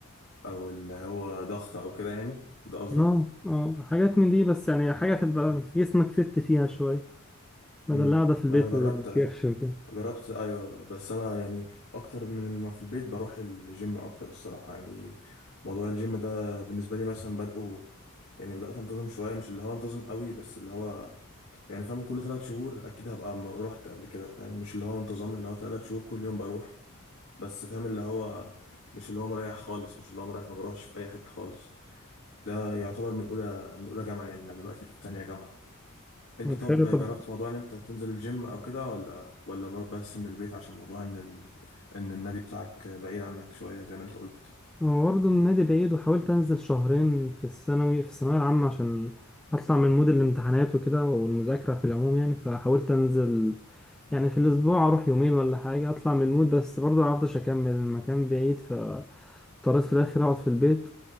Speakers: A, on the left; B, in the centre.
A: او اللي هو ضغط او كده يعني ده قصدك؟
B: اه اه حاجات من دي بس يعني حاجه تبقى في جسمك فت فيها شويه بدل
A: مم.
B: القعده في البيت
A: انا جربت
B: والكرش وكده
A: جربت ايوه بس انا يعني اكتر من ما في البيت بروح الجيم اكتر الصراحه يعني موضوع الجيم ده بالنسبه لي مثلا بدأه يعني بدأت انتظم شويه مش اللي هو انتظم قوي بس اللي هو يعني فاهم كل ثلاث شهور اكيد هبقى م- رحت قبل كده فاهم مش اللي هو انتظام اللي هو ثلاث شهور كل يوم بروح بس فاهم اللي هو مش اللي هو مريح خالص مش اللي هو مريح ما بروحش في اي حته خالص ده يعتبر من اولى من اولى جامعه يعني انا دلوقتي في تانية جامعه انت طب
B: حلو طب
A: جربت موضوع ان انت تنزل الجيم او كده ولا ولا ب- بس من البيت عشان موضوع ان ال... ان النادي بتاعك بعيد عنك شويه زي ما انت قلت
B: هو برضه النادي بعيد وحاولت انزل شهرين في الثانوي في الثانويه العامه عشان اطلع من مود الامتحانات وكده والمذاكره في العموم يعني فحاولت انزل يعني في الاسبوع اروح يومين ولا حاجه اطلع من المود بس برضه معرفتش اكمل المكان بعيد فاضطريت في الاخر اقعد في البيت